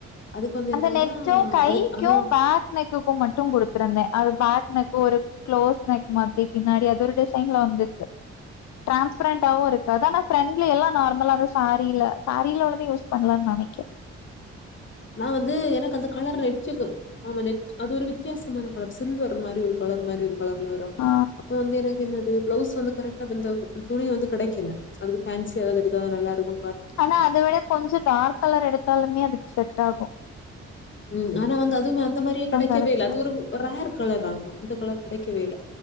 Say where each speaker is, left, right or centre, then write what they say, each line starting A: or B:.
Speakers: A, on the left; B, on the left.
A: அதுக்கு வந்து
B: அந்த
A: என்னன்னா
B: நெட்சு கைக்கும்
A: அதுக்கு ஆனா
B: பேக் நெக்குக்கும் மட்டும் குடுத்துருந்தேன் அது பேக் எனக்கு ஒரு க்ளோஸ் நெக் மாதிரி பின்னாடி அது ஒரு டிசைன்ல வந்துச்சு டிரான்ஸ்பரண்டாவும் இருக்காது ஆனா ஃப்ரெண்ட்ல எல்லா நார்மலானா சாரீல சாரீல உள்ளத யூஸ் பண்ணலாம்னு நெனைக்கேன்
A: நா வந்து எனக்கு அந்த கலர் நெச்சிக்கு ஆமா நெ அது ஒரு வித்தியாசமான கலர் சில்வர் மாரி ஒரு கலர் மாரி இரு கலர்ல வரு
B: ஆ
A: அப்போ வந்து எனக்கு என்னது பிளவுஸ் வந்து கரெக்டா பெந்தோகு துணி வந்து கெடைக்கல அதுக்கு ஃபேன்சியா எதாது எடுத்ததா நல்லா இருக்கு
B: ஆனா அத விட கொஞ்சோ டார்க் கலர் எடுத்தாலுமே அதுக்கு செட் டாகு
A: உம் ஆனா வந்து அதுவுமே அந்த மாரியே கெடைக்கவே
B: கெடச்சு
A: இல்ல அது ஒரு ஒரு ரேர் கலர் ஆகு அந்த கலர் கெடைக்கவே இல்ல